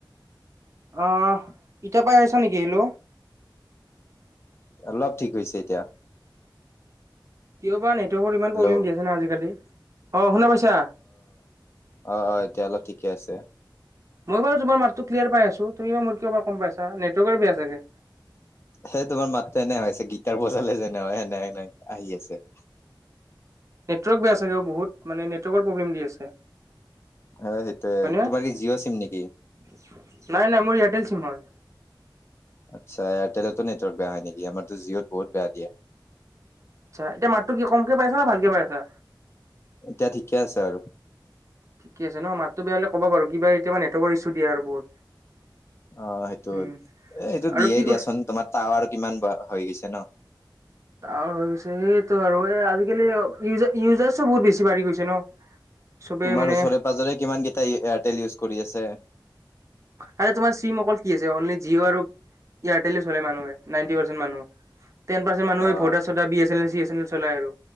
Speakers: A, on the right; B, on the left.
A: অঁহ, এতিয়া পাই আছা নেকি? হেল্ল!
B: অলপ ঠিক হৈছে এতিয়া।
A: জিঅ' পোৱা নেট? টৱৰ্কৰ ইমান
B: হেল্ল'
A: প্ৰব্লেম
B: অ
A: দিয়া আছে না আজি-কালি। অ শুনা পাইছা?
B: অ অ এতিয়া অলপ ঠিকে আছে।
A: মই বাৰু তোমাৰ মাতটো ক্লিয়াৰ পাই আছোঁ। তুমি বা মোতকে কমপাই আছা নেটৱৰ্কৰ বেয়া চাগে?
B: সেই তোমাৰ মাতটো এনে হৈ আছে। গীটাৰ বজালে যেনে হ'য়, সেনে সেনে আহি আছে।
A: নেটৱৰ্ক বেয়া চাগে বহুত মানে, নেটৱৰ্কৰ প্ৰব্লেম দি আছে।
B: অ সেইটোয়ে
A: হ'য় নে?
B: তোমাৰ কি
A: নাই
B: জিঅ' চিম নেকি?
A: নাই মোৰ এয়াৰটেল চিম হ'য়।
B: আচ্ছা, এয়াৰটেলটো নেটৱৰ্ক বেয়া হ'য় নেকি? আমাৰটো জিঅ'ত বহুত বেয়া দিয়ে।
A: আচ্ছা, এতিয়া মাতটো কি কমকে পাই আছা নে, ভালকে পাই আছা?
B: এতিয়া ঠিকে আছে আৰু।
A: ঠিকে আছে ন'? মাতটো বেয়া হ'লে ক'ব বাৰু? কিবা এতিয়াপা নেটৱৰ্কৰ ইছ্যু দিয়ে আৰু বহুত।
B: অঁ, সেইটোৱে।
A: উম
B: এ এইটো
A: আৰু
B: দিয়ে
A: কি কৈছ
B: দিয়াচোন। তোমাৰ তাৱাৰ কিমান বাঢ় হৈ গৈছে ন'?
A: তাৱাৰ হৈ গৈছে। সেইটো আৰু এই আজি-কালি অঁ ইজে ইউজাৰছো বহুত বেছি বাঢ়ি গৈছে ন'? চবে
B: তোমাৰ
A: মানে
B: ওচৰে -পাজৰে কিমানগিটাই ইয়ে- এয়াৰটেল ইউজ কৰি আছে?
A: আৰে, তোমাৰ চিম অকল কি আছে? অনলি জিঅ' আৰু ইয়াৰটেলে চলাই মানুহে। নাইনটি পাৰ্চেণ্ট মানুহ টেন পাৰ্চেণ্ট মানুহে
B: অ
A: ভদা- চদা, B A channel -C A channel চলাই আৰু।